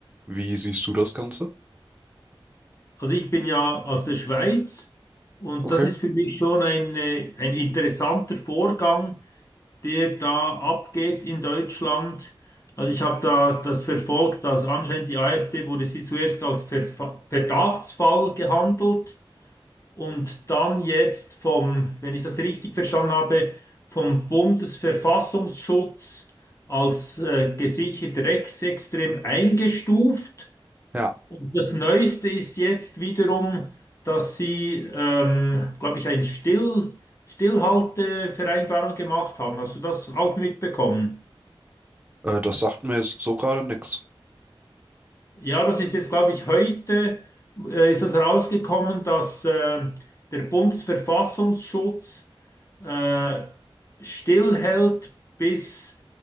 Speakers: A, on the right; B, on the left.
A: Wie siehst du das Ganze?
B: Also ich bin ja aus der Schweiz und
A: Okay.
B: das ist für mich schon ein, äh, ein interessanter Vorgang, der da abgeht in Deutschland. Also ich habe da das verfolgt, dass anscheinend die AfD wurde sie zuerst als Verfa- Verdachtsfall gehandelt. und dann jetzt vom, wenn ich das richtig verstanden habe, vom Bundesverfassungsschutz als äh, gesichert rechtsextrem eingestuft.
A: Ja,
B: Und das Neueste ist jetzt wiederum, dass sie, ähm, glaube ich, eine Still, Stillhaltevereinbarung gemacht haben. Hast du das auch mitbekommen?
A: äh, das sagt mir jetzt so gerade nichts.
B: Ja, das ist jetzt, glaube ich, heute äh, ist das rausgekommen, dass äh, der Bundesverfassungsschutz äh, stillhält, bis